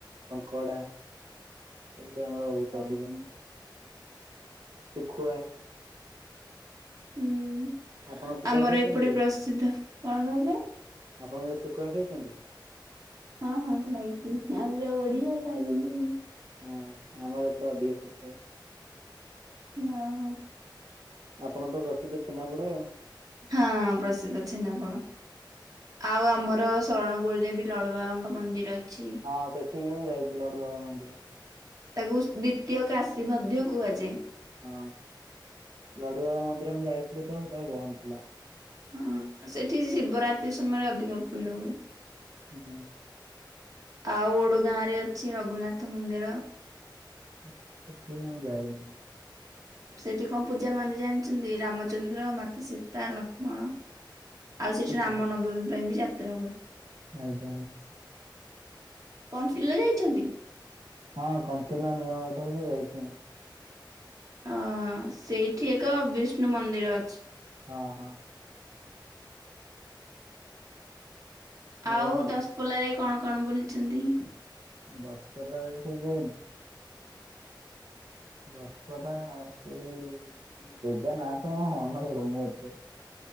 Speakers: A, on the right; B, on the right.
A: କଙ୍କଡା ଏପଟେ ଆମର ବହୁତ
B: ଓହୋ
A: ଅଧିକ। ସୁଖୁଆ।
B: ହୁଉଁ
A: ଆପଣ ଶୁଖୁଆ
B: ଆମର
A: ଖାଇଛନ୍ତି
B: ଏପଟେ
A: କେବେ?
B: ପ୍ରସିଦ୍ଧ କଣ କହିଲେ?
A: ଆପଣ କେବେ ଶୁଖୁଆ ଖାଇଛନ୍ତି?
B: ହଁ ହଁ ଖାଇଛିି ଆମେ ତ ଓଡିଆ ଖାଇବିନି କେମତି
A: ହଁ ଆମର ଏପଟେ ଅଧିକ ସୁଖୁଆ।
B: ଓହୋ।
A: ଆପଣଙ୍କ ତ ପ୍ରସିଦ୍ଧ ଛେନାପୋଡ।
B: ହଁ ପ୍ରସିଦ୍ଧ ଛେନାପୋଡ଼। ଆଉ ଆମର ଶରଣ ଗୁରୁଦେବୀ ଲଡ଼ୁବାବାଙ୍କ ମନ୍ଦିର ଅଛି।
A: ହଁ ସେଠିକି ବି ମୁଁ ଯାଇଛି ଲଡୁ ବାବା ମନ୍ଦିର।
B: ତାକୁ ସ ଦ୍ଵିତୀୟ କାଶୀ ମଧ୍ୟ କୁହାଯାଏ।
A: ହଁ ଲଡୁବାବା ମନ୍ଦିର ଆମେ ଯାଇଥିଲି ଯେତେବେଳେ ସେତେବେଳେ ବନ୍ଦ ଥିଲା।
B: ହଁ ସେଠି ଶିବରାତି ସମୟରେ ଅଧିକ ଭିଡ ହୁଏ।
A: ହୁଁ ହୁ।
B: ଆଉ ଓଡଗାଁ ରେ ଅଛି ରଘୁନାଥ ମନ୍ଦିର।
A: ସେଠିକୁ ମୁଁ ଆଉ ଯାଇନି।
B: ସେଠି କଣ ପୂଜା ପାଆନ୍ତି ଜାଣିଛନ୍ତି ରାମଚନ୍ଦ୍ର ମାତା ସୀତା ଲକ୍ଷ୍ମଣ ଆଉ ସେଇଠି
A: ହୁଁ
B: ରାମନବମୀ ପାଇଁ ବି ଯାତ୍ରା ହୁଏ।
A: ଆଞା।
B: କଣ୍ଟିଲୋ ଯାଇଛନ୍ତି?
A: ହଁ କଣ୍ଟିଲୋ ନୀଳବମାଧତ ଯାଇଛି ମୁଁ।
B: ଆଁ ସେଇଠି ଏକ ବିଷ୍ଣୁ ମନ୍ଦିର ଅଛି।
A: ହଁ ହଁ। ନୀଳମାଧବ
B: ଆଉ ଦଶପୋଲ୍ଲା ରେ କଣ କଣ ବୁଲିଛନ୍ତି?
A: ଦଶପଲ୍ଲାରେ ଯେ ସେ ଯୋଉ ଦଶପଲ୍ଲା ସେଇ କଣ ଜେଗା ନା ଟା ମନେ ପଡୁନି ଏତେ।